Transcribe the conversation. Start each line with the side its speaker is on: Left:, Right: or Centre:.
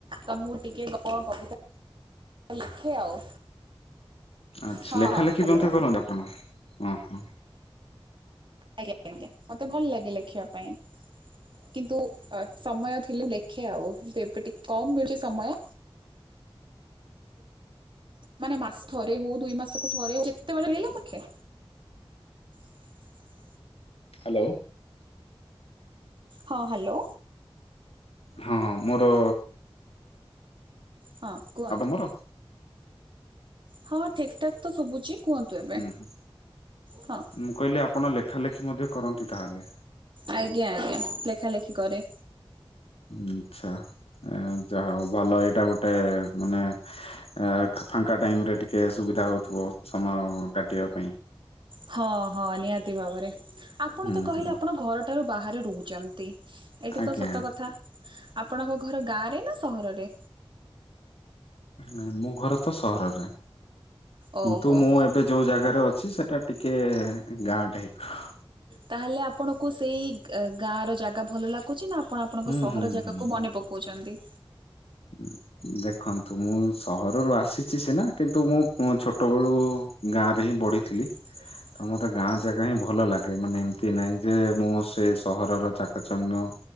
Right: ତ ମୁଁ ଟିକେ କଣ କବିତା ଲେଖେ ଆଉ।
Left: ଆଛା,
Right: ହଁ
Left: ଲେଖା
Right: ହଁ
Left: ଲେଖି
Right: ହ୍ୟାଲୋ
Left: ମଧ୍ୟ କରନ୍ତି ଆପଣ? ଓହୋ।
Right: ଆଜ୍ଞା, ଆଜ୍ଞା, ମତେ ଭଲ ଲାଗେ ଲେଖିବା ପାଇଁ। କିନ୍ତୁ ଅ ସମୟ ଥିଲେ ଲେଖେ ଆଉ କିନ୍ତୁ ଏବେ ଟିକେ କମ୍ ମିଳୁଚି ସମୟ। ମାନେ ମାସ ଥରେ ହଉ, ଦୁଇ ମାସକୁ ଥରେ ହଉ, ଯେତେବେଳେ ମିଳିଲା ମୁଁ ଲେଖେ। <unintelligible>
Left: ହାଲୋ।
Right: ହଁ, ହାଲୋ।
Left: ହଁ, ମୋର
Right: ହଁ, କୁହନ୍ତୁ?
Left: ଆବେ ମୋର
Right: ହଁ ଠିକ ଠାକ୍ ତ ଶୁବୁଚି, କୁହନ୍ତୁ ଏବେ,
Left: ହୁଁ ହୁଁ
Right: ହଁ।
Left: ମୁଁ କହିଲି ଆପଣ ଲେଖା ଲେଖି ମଧ୍ୟ କରନ୍ତି ତାହେଲେ?
Right: ଆଜ୍ଞା ଆଜ୍ଞା, ଲେଖା ଲେଖି କରେ।
Left: ଆଛା, ଯା ହଉ ଭଲ, ଏଇଟା ଗୋଟେ ମାନେ ଆ ଫାଙ୍କା ଟାଇମ ରେ ଟିକେ ସୁବିଧା ହଉଥିବ, ସମୟ କାଟିବା ପାଇଁ।
Right: ହଁ ହଁ ନିହାତି ଭାବରେ, ଆପଣ
Left: ହୁଁ
Right: ତ କହିଲେ
Left: ହୁଁ
Right: ଆପଣ ଘରଠାରୁ ବାହାରେ ରହୁଚନ୍ତି। ଏଇଟା
Left: ଆଜ୍ଞା
Right: ତ ସତ କଥା, ଆପଣଙ୍କ ଘର ଗାଁରେ ନା ସହରରେ?
Left: ନାଇଁ ମୋ ଘର ତ ସହରରେ
Right: ଓହୋ
Left: କିନ୍ତୁ ମୁଁ
Right: ହୋ।
Left: ଏବେ ଯୋଉ ଜାଗାରେ ଅଛି, ସେଟା ଟିକେ ଗାଁ ଟାଇପ ର।
Right: ତାହେଲେ ଆପଣଙ୍କୁ ସେଇ ଗାଁ ର ଜାଗା ଭଲ ଲାଗୁଚି, ନା ଆପ୍ କଣ ଆପଣଙ୍କ
Left: ହୁଁ
Right: ସହର
Left: ହୁଁ
Right: ଯାଗାକୁ
Left: ହୁଁ।
Right: ମନେ ପକଉଚନ୍ତି?
Left: ହୁଁ। ଦେଖନ୍ତୁ ମୁଁ ସହରରୁ ଆସିଛି ସିନା କିନ୍ତୁ ମୋ ଛୋଟବେଳୁ ଗାଁ ରେ ହିଁ ବଢ଼ିଥିଲି।
Right: ଆଛା।
Left: ଆଉ ମତେ ଗାଁ ଜାଗା ହିଁ ଭଲ ଲାଗେ। ମାନେ ଏମିତି ନାହିଁ ଯେ, ମୁଁ ସେ ସହରର ଚାକଚମ୍ୟ